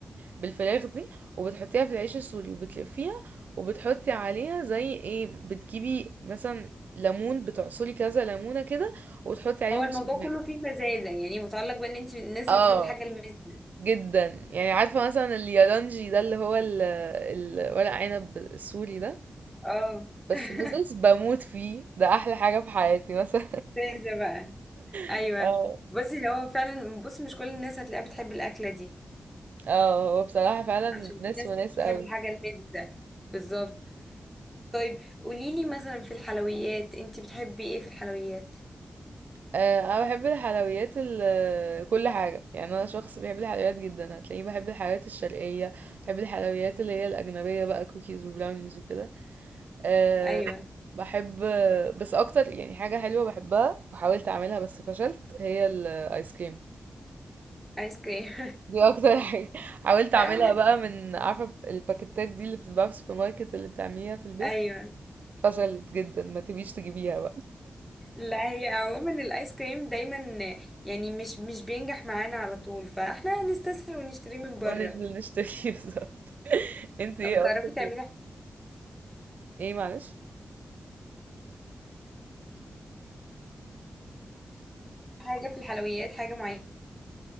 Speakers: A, on the right; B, in the centre.
A: بالفراخ دي وبتحطيها في العيش السوري وبتلفيها وبتحطي عليها زي ايه بتجيبي مثلا ليمون بتعصري كذا ليمونة كده وتحطي عليهم
B: هو الموضوع
A: سماق
B: كله فيه مزازه يعني متعلق بان انت من الناس
A: اه
B: اللي بتحب الحاجه المزازه
A: جدا يعني عارفة مثلا اليالانجي ده اللي هو ال- ال- ورق عنب السوري ده
B: اه
A: بس
B: <laughs>
A: بزز بموت فيه ده احلى حاجة في حياتي مثلا
B: مزازه بقى ايوه
A: <laughs> اه
B: بصي هو فعلا بصي مش كل الناس هتلاقيها بتحب الاكله دي
A: اه هو بصراحة فعلا
B: عشان
A: ناس
B: في ناس
A: وناس
B: مش بتحب
A: قوي
B: الحاجه المزه بالظبط طيب قوليلي مثلا في الحلويات انتي بتحبي ايه في الحلويات
A: آه انا بحب الحلويات ال- كل حاجة يعني انا شخص بيحب الحلويات جدا هتلاقيني بحب الحلويات الشرقية بحب الحلويات اللي هي الاجنبية بقى كوكيز وبراونيز وكده آه
B: ايوه
A: بحب بس اكتر يعني حاجة حلوة بحبها وحاولت اعملها بس فشلت هي الايس كريم
B: ايس كريم
A: دي اكتر حاجة <laughs> حاولت اعملها
B: <laughs> لا احنا
A: بقى من عارفة الباكيتات دي اللي بتتباع في السوبر ماركت اللي بتعمليها في البيت
B: ايوه
A: فشلت جدا ما تبيش تجيبيها بقى
B: لا هي عموما الايس كريم دايما يعني مش مش بينجح معانا على طول فاحنا هنستسهل ونشتريه من بره
A: وننزل نشتري <laughs> بصراحة انت ايه
B: طب بتعرفي
A: اكتر
B: تعملي
A: ايه معلش
B: حاجه في الحلويات حاجه معينه